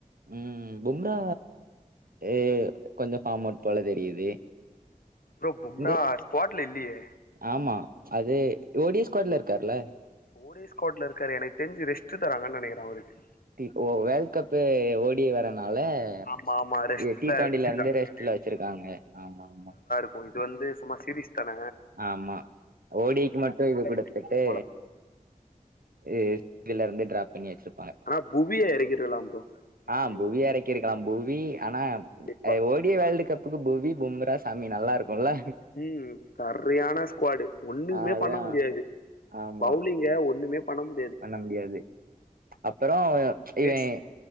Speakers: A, on the right (about 85°); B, on the left (about 85°).
A: ம் ம் பும்ரா ஏ கொஞ்ச ஃபாம் அவுட் போல தெரியுது
B: ப்ரோ பும்ரா
A: இந்த
B: ஸ்பாட்ல இல்லியே
A: ஆமா அது ஒடி ஸ்குவாட்ல இருக்காருல்ல
B: ஓடி ஸ்குவாட்ல இருக்காரு எனக்கு தெரிஞ்சு ரெஸ்ட்டு தராங்கன் நெனக்கிற அவருக்கு
A: டி ஓ வேல் கப்பு ஓடி வர்றனால ஆ
B: ஆமா ஆமா ரெஸ்ட்ல
A: இது டி டுவெண்டில
B: வச்சிருக்காங்கன்னு
A: இருந்து ரெஸ்ட்ல வச்சிருக்காங்க ஆமா ஆமா
B: இப்போ இது வந்து சும்மா சீரிஸ் தான
A: ஆமா ஓடிக்கு மட்டு இது குடுத்து
B: வச்சிருக்காங்க
A: ட்டு
B: போல
A: ஆ கீழருந்து ட்ராப் பண்ணி வச்சுருப்பாங்க
B: ஆனா புவிய எறக்கிருக்கலா ப்ரோ அதே
A: ஆ புவி
B: ஒரு பெஞ்சு
A: எறக்கிருக்கலா புவி ஆனா
B: கண்டிப்பா
A: ஆ ஓ டி வேர்ல்டு கப்புக்கு புவி பும்ரா சாமி நல்லாருக்குல்ல
B: ம் சரியான ஸ்குவாடு ஒண்ணுமே
A: ஆ அதா
B: பண்ண முடியாது
A: ஆமா
B: பவுலிங் கே ஒண்ணுமே பண்ணமு
A: பண்ண முடியாது அப்பறோ இவே
B: எஸ்